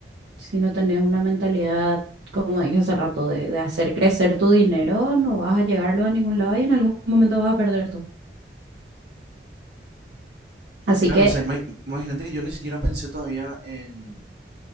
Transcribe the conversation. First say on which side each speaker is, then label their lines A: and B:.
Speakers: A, on the right; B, on the right.
A: Si no tenés una mentalidad, como dije hace rato, de, de hacer crecer tu dinero, no vas a llegarlo a ningún lado y en algún momento vas a perder todo. Así
B: Claro,
A: que,
B: o sea, ima- imagínate que yo ni siquiera pensé todavía en,